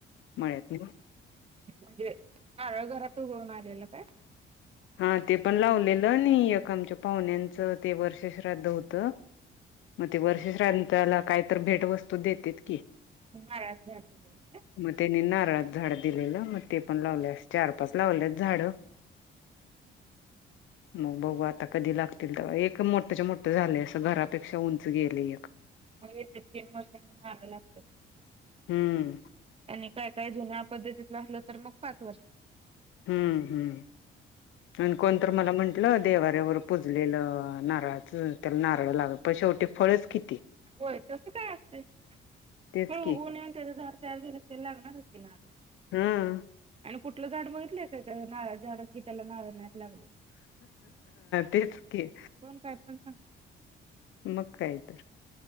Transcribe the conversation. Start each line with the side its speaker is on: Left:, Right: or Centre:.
Left: मळ्यात नेहून.
Right: म्हणजे नारळ घरात उगवून आलेल काय?
Left: हा ते पण लावलेलं अणि, एक आमच्या पाहुण्यांचं ते वर्ष श्राद्ध होत. मग ते वर्ष श्रांताला कायत भेट वस्तू देतेत.
Right: नारळाचं झाड दिलेलं काय
Left: मना <unintelligible> ळात झाड दिलेलं मग ते पण, लावलेस चार पाच लावलेत झाड. मग बऊ आता कधी लागतील, तर एक मोठ मोठं झालं असं घरापेक्षा उंच गेले एक.
Right: मग येत तीन वर्षांनी मार लागतं त्याला.
Left: हम्म.
Right: आणि काय काय जुन्या पद्धतीतलं असलं, तर मग पाच वर्ष झालं.
Left: हम्म हम्म आणि कोणत मला म्हण देवाऱ्यावर पुजलेलं नारळाच त्याला, नारळ लाग प शेवटी फळेच किती.
Right: होय तस काय असतय
Left: तेच
Right: फळ उगवून
Left: की
Right: येऊन त्याच झाड. सर्व तेला लागणार होते ना?
Left: ह!
Right: आणि कुठलं झाड बघितलंय काय, का नारळा झाड की त्याला नारळ नाहीत. लाग
Left: तेच की
Right: कोण काय पण सांगत.
Left: मग काय तर